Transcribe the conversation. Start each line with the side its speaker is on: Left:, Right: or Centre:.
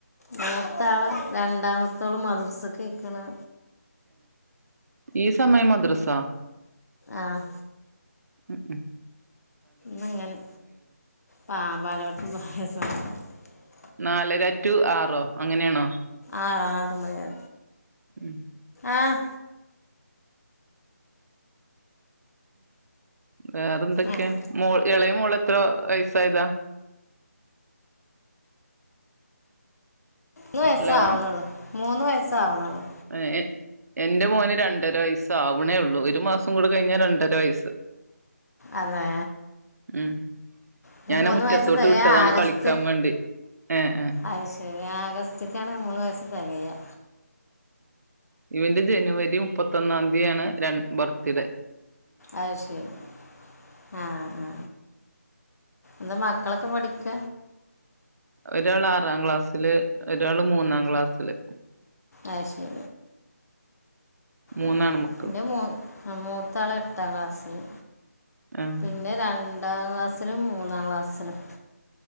Left: മൂത്ത ആള് രണ്ടാമത്തോള് മദ്രസ കേക്കണ്
Right: ഈ സമയം മദ്രസാ
Left: ആഹ്
Right: ഉം ഉം
Left: ന്നങ്ങനെ പാ പലോട്ത്തും <unintelligible>
Right: നാലര ടു ആറോ അങ്ങനെണോ
Left: ആ ആറ് മാണിവരേ
Right: ഉം
Left: ആഹ്
Right: വേറെന്തൊക്യാ
Left: ആഹ്
Right: മോ എളയ മോളെത്ര വയസായതാ
Left: ന്ന് വയസ്സാവ്ണൊള്ളൂ
Right: ഹലോ
Left: മൂന്ന് വയസ്സാവ്ണൊള്ളൂ
Right: എഹ് എന്റെ മോന് രണ്ടര വയ്സ്സാവ്ണേ ള്ളൂ ഒരു മാസം കൂടി കയ്ഞ്ഞാ രണ്ടര വയ്സ്സ്
Left: അതെ
Right: ഉം
Left: എൻ്റെ
Right: ഞന്
Left: മൂന്ന്
Right: മുറ്റത്തോട്ട്
Left: വയസ്സ് തികയാ
Right: വിട്ടതാണ്
Left: ആഗസ്റ്റ്
Right: കളിക്കാ വേണ്ടി ഏഹ് ഏഹ്
Left: അത് ആഗസ്റ്റ്ക്കാണ് മൂന്ന് വയസ്സ് തെകയാ
Right: ഇവന്റെ ജനുവരി മുപ്പത്തൊന്നാന്തിയാണ് രൺ ബർത്തിഡേ
Left: അയ് ശെരി ആഹ് ആ ന്താ മക്കളൊക്കെ പഠിക്ക
Right: ഒരാളാറാം ക്ലാസ്സില് ഒരാള് മൂന്നാം ക്ലാസ്സില്
Left: അയ് ശരി
Right: മൂന്നാണ്
Left: ഉം
Right: മക്കള്
Left: ന്റെ മൂ മൂത്താളെട്ടാം ക്ലാസ്സില്
Right: ആഹ്
Left: പിന്നെ രണ്ടാം ക്ലാസിലും മൂന്നാം ക്ലാസ്സിലും